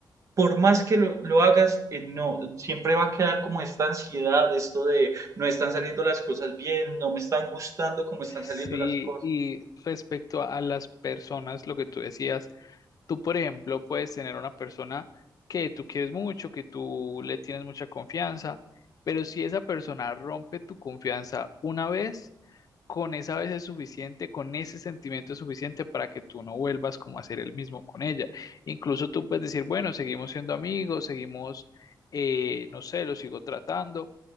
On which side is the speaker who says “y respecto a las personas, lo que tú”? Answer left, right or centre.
Left